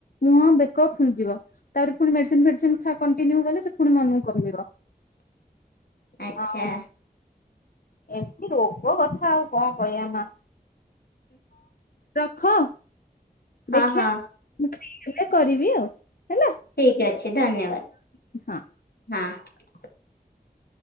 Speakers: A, on the left; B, on the left.
A: ମୁହଁ ବେକ ଫୁଲିଯିବ। ତାପରେ, ପୁଣି ମେଡିସିନ ଫେଡିସିନ ଖିଆ କଣ୍ଟିନ୍ୟୁ କଲେ, ସେ ପୁଣି ମନକୁ କମିବ।
B: ଆଚ୍ଛା
A: ଆଉ ଏମିତି ରୋଗ କଥା ଆଉ କଣ କହିବା ମା? ରଖ
B: ହଁ
A: ଦେଖିବା
B: ହଁ
A: <inaudible> କରିବି ଆଉ ହେଲା।
B: ଠିକ୍ ଅଛି ଧନ୍ୟବାଦ
A: ହଁ।
B: ହଁ।